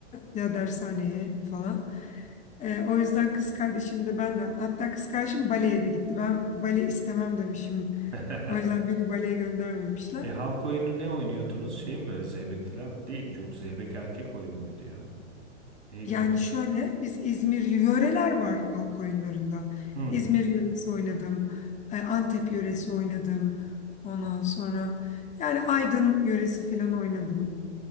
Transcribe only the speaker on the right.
<laughs>
E halk oyunu ne oynuyordunuz? Şey mi böyle zeybek falan değil. Yok zeybek erkek oyunu muydu ya? Neydi
onlar?
Hı.